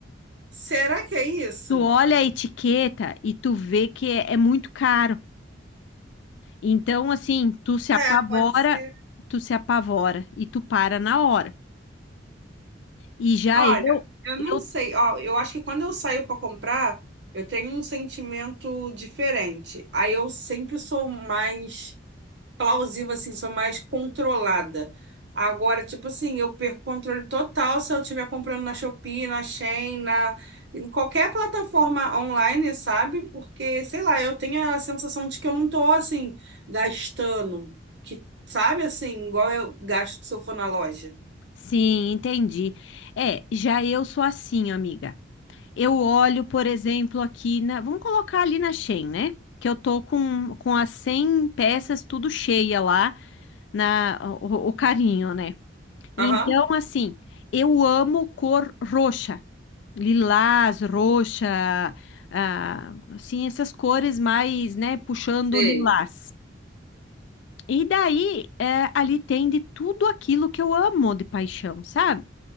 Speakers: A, on the right; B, on the left.
A: Será que é isso?
B: Tu olha a etiqueta e tu vê que é é muito caro. Então, assim, tu se apavora,
A: É, pode ser.
B: tu se apavora e tu para na hora. E já
A: Olha,
B: eu,
A: eu não
B: eu
A: sei, ó, eu acho que quando eu saio para comprar, eu tenho um sentimento diferente. Aí eu sempre sou mais plausível, assim, sou mais controlada. Agora, tipo assim, eu perco o controle total se eu estiver comprando na Shopee, na Shein, na em qualquer plataforma online, sabe? Porque, sei lá, eu tenho a sensação de que eu não tô assim gastando, que sabe assim, igual eu gasto se eu for na loja.
B: sim, entendi. É, já eu sou assim, amiga. Eu olho, por exemplo, aqui na, vamos colocar ali na Shein, né? Que eu tô com, com as 100 peças tudo cheia lá na o, o carinho, né? Então,
A: Aham.
B: assim, eu amo cor roxa. lilás, roxa, ah, assim, essas cores mais, né, puxando
A: Sei.
B: o lilás. E daí, é, ali tem de tudo aquilo que eu amo de paixão, sabe?